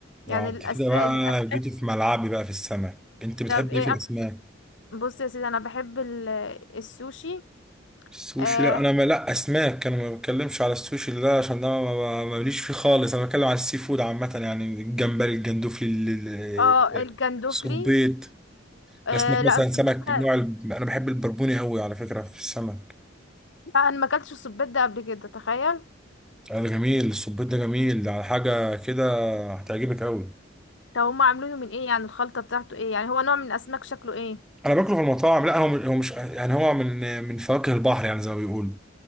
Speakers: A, on the left; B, in the centre.
A: يعني
B: اه انت
A: الأس...
B: كده بقى
A: الأس...
B: جيتي في ملعبي بقى في السمك انت بتحبي
A: طب ايه
B: ايه في الاسماك
A: أك... بص يا سيدي انا بحب ال... السوشي
B: السوشي
A: اه
B: لا انا ما لا اسماك انا ما بتكلمش على السوشي ده عشان ده ما- ما- ماليش فيه خالص انا بتكلم على السي فود عامة يعني الجمبري الجندوفلي ال-
A: آه،
B: ال-
A: الجندوفلي
B: الصبيط
A: آه
B: الاسماك
A: لا
B: مثلا
A: السبيت
B: سمك
A: ده
B: نوع ال... انا بحب البربوني قوي على فكره في السمك
A: لا، انا ما اكلتش السبيت ده قبل كده تخيل
B: آه، ده جميل الصبيط ده جميل على حاجه كده هتعجبك قوي
A: طب هما عاملينه من ايه يعني الخلطه بتاعته ايه يعني هو نوع من الاسماك شكله ايه
B: انا باكله في المطاعم لا هو من... هو مش يعني هو من من فواكه البحر يعني زي ما بيقولوا